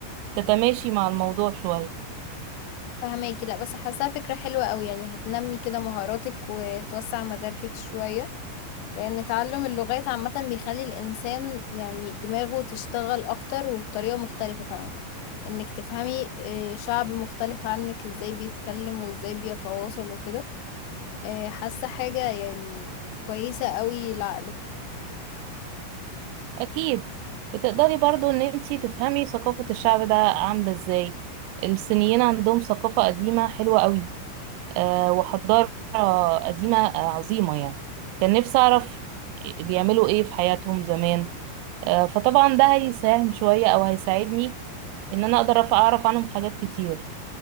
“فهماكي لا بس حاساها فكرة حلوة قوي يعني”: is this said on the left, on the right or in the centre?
Left